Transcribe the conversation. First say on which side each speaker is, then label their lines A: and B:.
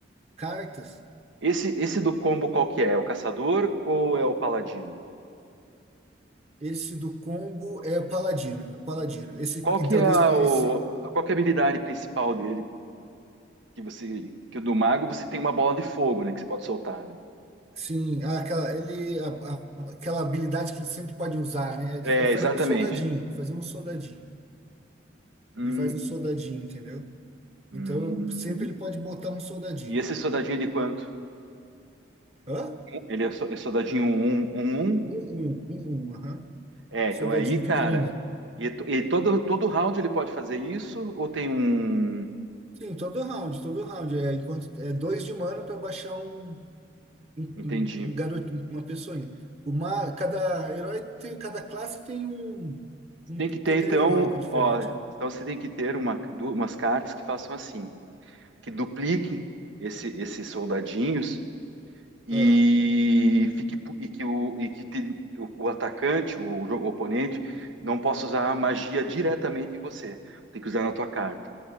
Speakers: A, on the right (about 35°); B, on the right (about 80°).
A: cartas.
B: esse, esse do combo qual que é? É o caçador ou é o paladino?
A: Esse do combo é o Paladino, é o Paladino. Esse,
B: Qual
A: então,
B: que é
A: desse-
B: a, o,
A: esse,
B: qual que é a habilidade principal dele? Que você, que o do mago você tem uma bola de fogo, né? Que você pode soltar, né?
A: sim, ah, aquela, ele, a- a- aquela habilidade que ele sempre pode usar, né? É
B: É,
A: é fazer
B: exatamente.
A: um soldadinho, fazer um soldadinho.
B: Hum,
A: Ele faz um soldadinho, entendeu?
B: hum.
A: Então, eu- sempre ele pode botar um soldadinho.
B: E esse soldadinho é de quanto?
A: Hã?
B: Ele é, so- é soldadinho um, 1, 1.
A: Um, um, um, um, aham.
B: É,
A: Soldadinho
B: então é aí, cara.
A: pequenininho.
B: E, to- e todo, todo round ele pode fazer isso? Ou tem um.
A: Sim, todo round, todo round. É, enquanto, é dois de mana para baixar um. um,
B: Entendi.
A: um, um garoto, um- uma pessoa. Uma, cada herói tem, cada classe tem um, um
B: Tem que ter,
A: poder
B: então.
A: heróico diferente,
B: Ó,
A: né?
B: então você tem que ter uma, du- umas cartas que façam assim: que dupliquem esse, esses soldadinhos e,
A: Ah,
B: fique, pu- e que, o, e que te- o, o atacante, o, jo- o oponente, não possa usar a magia diretamente em você. Tem que usar na tua carta.